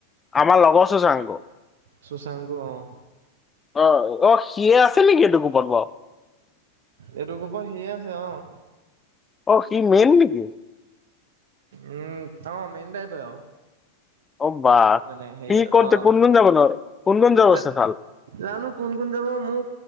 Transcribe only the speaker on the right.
সুসংগ অ',
এইটো গ্ৰুপত সিয়ে অ',
উম, অ', মেইন টাইপ এ আৰু।
মানে হেৰিয়াত
অ',
জা
জানো কোন কোন যাব মোক